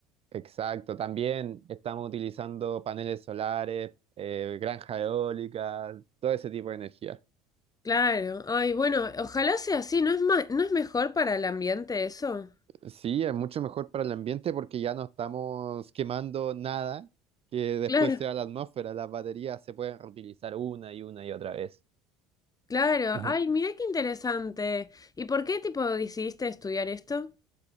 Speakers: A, on the right (about 35°); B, on the left (about 20°).
A: Exacto, también estamos utilizando paneles solares, eh, granjas eólicas, todo ese tipo de energía.
B: Claro. Ay, bueno, ojalá sea así. ¿No es ma- no es mejor para el ambiente eso?
A: Sí, es mucho mejor para el ambiente porque ya no estamos quemando nada que después
B: Claro.
A: sea la atmósfera. Las baterías se pueden reutilizar una y una y otra vez.
B: Claro.
A: <laughs> Ujú.
B: Ay, mira qué interesante. ¿Y por qué, tipo, decidiste estudiar esto?